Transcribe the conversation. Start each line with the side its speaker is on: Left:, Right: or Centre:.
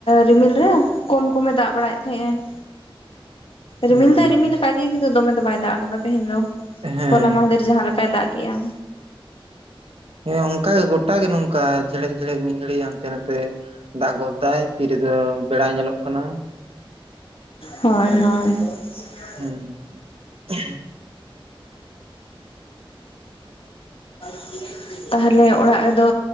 Left: ᱨᱤᱢᱤᱞ ᱨᱮ ᱠᱚᱢ ᱠᱚᱢᱮ ᱫᱟᱜ ᱵᱟᱲᱟᱭᱮᱫ ᱛᱟᱦᱮᱸᱫ -ᱮ
Right: ᱦᱩᱸ
Left: ᱨᱤᱢᱤᱞ ᱫᱚᱭ ᱨᱤᱢᱤᱞ ᱟᱠᱟᱴᱟᱜ ᱜᱮᱭᱟ ᱠᱤᱱᱛᱩ ᱫᱚᱢᱮ ᱫᱚ ᱵᱟᱭ ᱫᱟᱜ ᱟᱠᱟᱫᱟ ᱛᱮᱦᱮᱧ ᱫᱚ
Right: ᱦᱮᱸ
Left: ᱦᱚᱞᱦᱟ ᱢᱟᱦᱫᱮᱨ ᱡᱟᱦᱟᱸ ᱞᱮᱠᱟᱭ ᱫᱟᱜ ᱠᱮᱫᱼᱟ
Right: ᱦᱮᱸ ᱚᱱᱠᱟ ᱜᱮ ᱜᱚᱴᱟ ᱜᱮ ᱱᱚᱝᱠᱟ ᱡᱷᱮᱲᱮᱫ ᱡᱷᱮᱲᱮᱫ ᱢᱤᱫ ᱜᱷᱟᱹᱲᱤᱡ ᱦᱟᱱᱛᱮ ᱱᱟᱛᱮ ᱫᱟᱜ ᱜᱚᱫ ᱮᱫᱟᱭ ᱛᱤᱨᱮᱫᱚ ᱵᱮᱲᱟᱭ ᱧᱮᱞᱚᱜ ᱠᱟᱱᱟ
Left: ᱦᱳᱭ ᱦᱳᱭ
Right: ᱦᱩᱸ
Left: <inaudible>
Right: <unintelligible>
Left: <inaudible> ᱛᱟᱦᱞᱮ ᱚᱲᱟᱜ ᱨᱮᱫᱚ